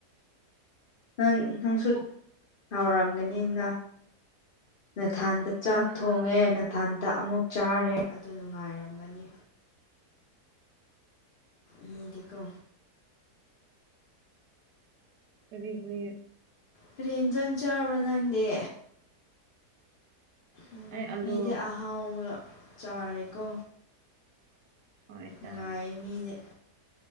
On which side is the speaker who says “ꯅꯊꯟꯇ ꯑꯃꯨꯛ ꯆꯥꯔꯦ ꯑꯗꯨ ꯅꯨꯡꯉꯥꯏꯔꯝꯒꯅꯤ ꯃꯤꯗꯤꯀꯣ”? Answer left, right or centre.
Left